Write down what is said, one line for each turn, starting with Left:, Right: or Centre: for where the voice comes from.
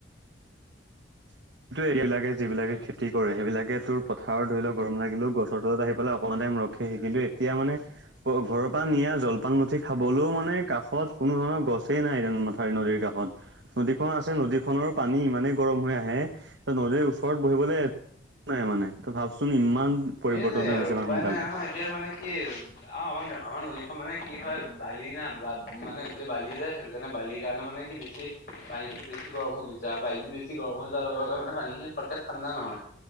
Right: <unintelligible> এই এইবিলাকে যিবিলাকে খেতি কৰে সেইবিলাকে তোৰ পথাৰৰ ধৰি লওক গৰম লাগিলেও গছৰ তলত আহি পেলাই অকণমানে <inaudible> ৰখেহি কিন্তু এতিয়া মানে ঘৰৰ পৰা নিয়া জলপান মুঠি খাবলৈও মানে কাষত কোনো <unintelligible> নৰ গছেই নাই মাথা নদীৰ কাষত নদীখন আছে নদীখনৰ পানী ইমানেই গৰম হৈ আহে <unintelligible> ত নদীৰ ওচৰত বহিবলৈ এক নাই মানে ত ভাবচোন ইমান <inaudible>
Left: এইটোৱেই
Right: হৈ
Left: আৰু
Right: গৈছে ইমান
Left: উপায়
Right: সোনকালে।
Left: নাই নহয় এতিয়া মানে কি <unintelligible> অ আমাৰ-আমাৰ নদীখন মানে কি হয় বালি না মানে গোটেই বালি যে সেইটো কাৰণে বালিৰ কাৰণে মানে <inaudible> মানে কি বেছি পানীটো বেছি গৰম হৈ গুচি যায় বালিটো বেছি গৰম হৈ যোৱাৰ লগে-লগে মানে পানীখিনি ফটকে ঠাণ্ডা নহয় <inaudible>